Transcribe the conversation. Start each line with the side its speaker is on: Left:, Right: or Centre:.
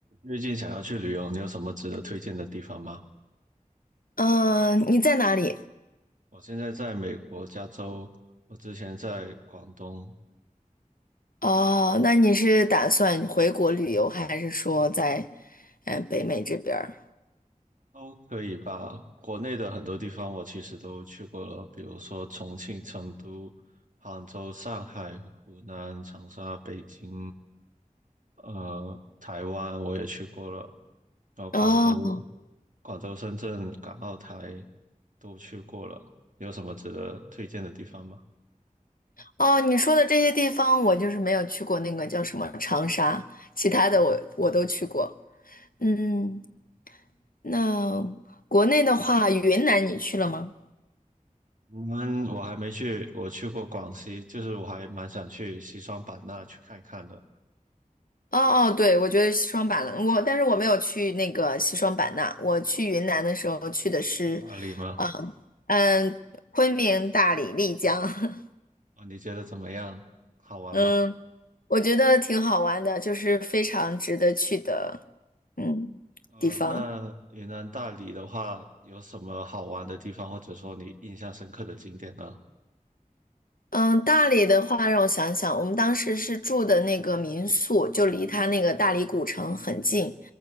Right: 最近想要去旅游，你有什么值得推荐的地方吗？
Left: 嗯，你在哪里？
Right: 我现在在美国加州，我之前在广东，
Left: 哦，那你是打算回国旅游，还是说在呃北美这边儿？
Right: 都可以吧。国内的很多地方我其实都去过了，比如说重庆、成都、杭州、上海、湖南、长沙、北京，呃，台湾我也去过了，然后广州、
Left: 哦
Right: 广州、深圳、港澳台都去过了。有什么值得推荐的地方吗？
Left: 哦，你说的这些地方，我就是没有去过那个叫什么长沙，其他的我我都去过。嗯，那国内的话，云南你去了吗？
Right: 我们我还没去，我去过广西，就是我还蛮想去西双版纳去看看的，
Left: 哦哦，对，我觉得西双版纳，我但是我没有去那个西双版纳，我去云南的时候去的是，
Right: 去大理吗？
Left: 嗯嗯，昆明、大理、丽江。<laughs>
Right: 啊，你觉得怎么样？好玩吗？
Left: 嗯，我觉得挺好玩的，就是非常值得去的，嗯，
Right: 呃，
Left: 地方。
Right: 那云南大理的话，有什么好玩的地方，或者说你印象深刻的景点呢？
Left: 嗯，大理的话，让我想想，我们当时是住的那个民宿，就离它那个大理古城很近，